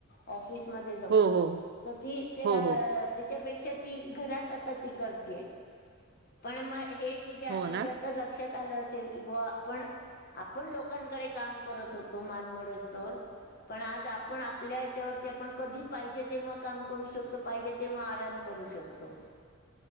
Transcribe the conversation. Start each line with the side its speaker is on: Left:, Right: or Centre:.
Left: ऑफिसमध्ये जाऊन
Right: हो, हो.
Left: तर ती त्या...
Right: हो, हो.
Left: त्याच्यापेक्षा ती घरात आता ती करतीये पण म हे तिच्या
Right: हो ना?
Left: म्हणजे आता लक्षात आलं असेल की बुवा आपण आपण लोकांकडे काम करत होतो मानमोडेस्तोवर पण आज आपण आपल्या हेच्यावरती आपण कधी पाहिजे तेव्हा काम करू शकतो पाहिजे तेव्हा आराम करू शकतो